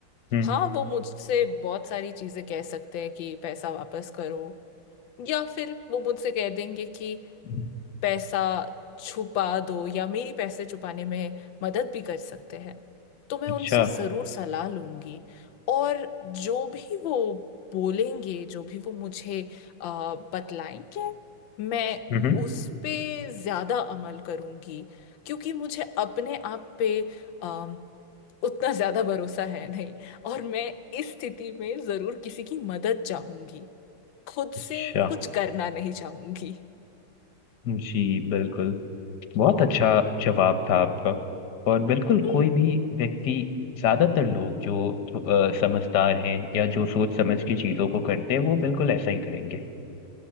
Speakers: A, on the left; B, on the left.
A: हम्म
B: हाँ वो मुझसे बहुत सारी चीजें कह सकते हैं कि पैसा वापस करो या फिर वो मुझसे कह देंगे कि
A: हम्म
B: पैसा छुपा दो या मेरी पैसे छुपाने में मदद भी कर सकते हैं तो मैं
A: अच्छा
B: उनसे ज़रूर सलाह लूंगी और जो भी वो बोलेंगे जो भी वो मुझे अ, बतलाएंगे मैं
A: हम्म
B: उस पे ज़्यादा अमल करूंगी क्योंकि मुझे अपने आप पे अम, उतना ज़्यादा भरोसा है नहीं और मैं इस स्थिति में ज़रूर किसी की मदद चाहूंगी खुद से
A: अच्छा
B: कुछ करना नहीं चाहूंगी
A: जी बिल्कुल बहुत अच्छा जवाब था आपका और बिल्कुल
B: हम्म
A: कोई भी व्यक्ति ज्यादातर लोग जो अ, समझदार हैं या जो सोच समझ के चीजों को करते हैं वो बिल्कुल ऐसा ही करेंगे